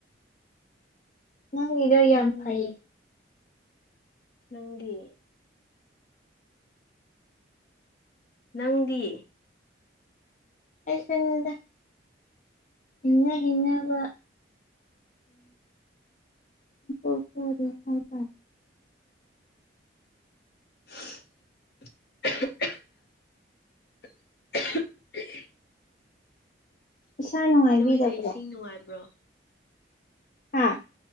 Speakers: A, on the left; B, on the left.
A: ꯅꯪꯒꯤꯗꯣ ꯌꯥꯝ
B: ꯅꯪꯗꯤ
A: ꯐꯩꯌꯦ
B: ꯅꯪꯗꯤ ꯅꯪꯗꯤ
A: ꯑꯩꯁꯨꯗ ꯏꯉ ꯀꯉꯕ ꯎ ꯦꯍꯥꯏꯗ
B: <unintelligible> <unintelligible>
A: ꯏꯁꯥ ꯅꯨꯡꯉꯥꯏꯕꯤꯗꯕ꯭ꯔꯣ
B: ꯅꯣꯏꯗꯤ ꯏꯁꯤꯡ ꯅꯨꯡꯉꯥꯏꯕ꯭ꯔꯣ
A: ꯑꯥ